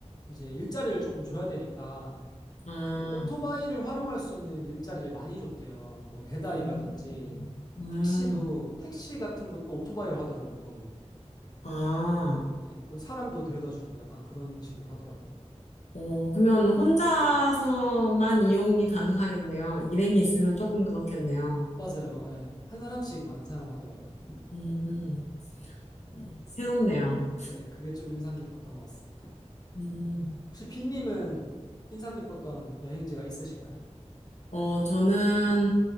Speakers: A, on the left; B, on the left.
A: 이제 일자리를 조금 줘야 되니까
B: 아,
A: 그 오토바이를 활용할 수 있는 일자리를 많이 줬대요. 뭐 배달이라든지
B: 어, 음,
A: 택시도 택시 같은 것도 오토바이로 하더라고요. 거기는.
B: 아.
A: 네, 그 사람도 데려다 주고 약간 그런 식으로 하더라고요.
B: 어, 그러면 혼자서만 이용이 가능하겠네요. 일행이 있으면 조금 그렇겠네요.
A: 맞아요. 예. 한 사람씩만 사용하더라고요.
B: 음,
A: 네.
B: 어, 새롭네요.
A: 네, 그게 좀 인상 깊었던 것 같습니다.
B: 음.
A: 혹시 빈님은 인상 깊었던 여행지가 있으신가요?
B: 어, 저는